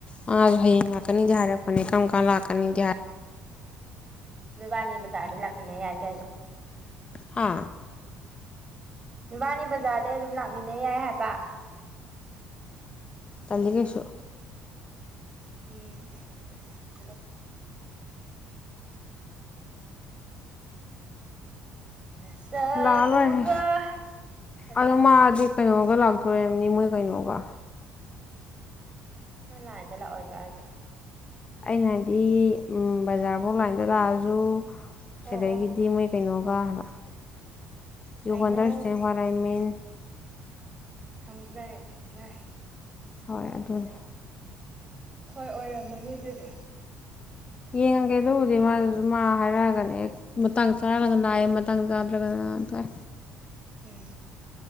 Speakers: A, on the left; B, on the right.
A: ꯃꯥꯁꯨ ꯍꯌꯦꯡ ꯂꯥꯛꯀꯅꯤꯗꯤ ꯍꯥꯏꯔꯛꯄꯅꯦ ꯀꯔꯝ ꯀꯥꯟ ꯂꯥꯛꯀꯅꯤꯗꯤ ꯍꯥꯏ
B: ꯅꯣꯏꯕꯥꯟꯅꯤ ꯕꯖꯥꯔꯗꯩ ꯂꯥꯛꯃꯤꯟꯅ ꯌꯥꯏ ꯀꯩꯅꯣ
A: ꯍꯥ
B: ꯅꯣꯢꯕꯥꯟꯅꯤ ꯕꯖꯥꯔꯗꯩ ꯑꯗꯨꯝ ꯂꯥꯛꯃꯤꯟꯅ ꯌꯥꯏ ꯍꯥꯏꯕ
A: ꯇꯜꯂꯤ ꯀꯩꯁꯨ
B: ꯏꯁ ꯅꯁꯛꯇꯨꯒ ꯅꯁꯛ
A: ꯂꯥꯛꯑ ꯂꯣꯏꯔꯦ
B: ꯇꯨꯒ ꯀꯔꯤ
A: ꯑꯗꯣ ꯃꯥꯗꯤ ꯀꯩꯅꯣꯒ ꯂꯥꯛꯇꯣꯏ ꯑꯣꯢꯝꯅꯤ ꯃꯣꯏ ꯀꯩꯅꯣꯒ
B: ꯃꯥ ꯂꯥꯢꯟꯗ ꯂꯥꯛꯑꯣꯏꯗ꯭ꯔꯣ ꯍꯥꯏꯖꯦ
A: ꯑꯩꯅ ꯍꯥꯢꯗꯤ ꯎꯝ ꯕꯖꯥꯔ ꯐꯥꯎ ꯂꯥꯏꯟꯗ ꯂꯥꯛꯑꯁꯨ
B: ꯑꯣ
A: ꯁꯤꯗꯒꯤꯗꯤ
B: ꯑꯣ
A: ꯃꯣꯏ ꯀꯩꯅꯣꯒ ꯍꯥꯏꯕ ꯌꯨ
B: ꯑꯥꯏ
A: ꯑꯟꯗꯔꯁ꯭ꯇꯦꯟ
B: ꯅꯣ
A: ꯋꯥꯠ ꯑꯥꯢ ꯃꯤꯟ
B: ꯈꯪꯖꯔꯦ ꯈꯪꯖꯔꯦ
A: ꯍꯣꯏ ꯑꯗꯨꯅꯦ
B: ꯍꯣꯏ ꯑꯣꯏꯔꯝꯃꯅꯤ ꯑꯗꯨꯗꯤ
A: ꯌꯦꯡꯉꯒꯦ ꯑꯗꯨꯕꯨꯗꯤ ꯃꯥꯖꯨ ꯃꯥ ꯍꯥꯏꯔꯛꯑꯒꯅꯦ ꯑꯦ ꯃꯇꯥꯡ ꯆꯥꯔꯒꯅ ꯅꯥꯢ ꯃꯇꯥꯡ ꯆꯥꯗ꯭ꯔꯒꯅ ꯅꯥ ꯇꯣꯑꯦ
B: ꯎꯝ